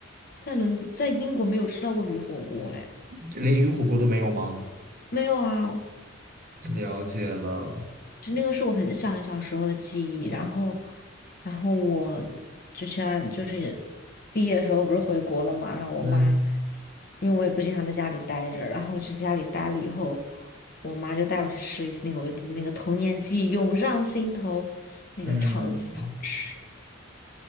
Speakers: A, on the left (about 45°); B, on the right (about 45°).
A: 在伦在英国没有吃到过鱼火锅，哎，
B: 连鱼火锅都没有吗？
A: 没有啊，
B: 了解了，
A: 就那个是我很小很小时候的记忆，然后，然后我之前就是毕业的时候不是回国了嘛，然后我妈，
B: 嗯，
A: 因为我也不经常在家里待着，然后去家里待了以后，我妈就带我去吃了一次那个我的那个童年记忆涌上心头，那个超级好吃，
B: 嗯，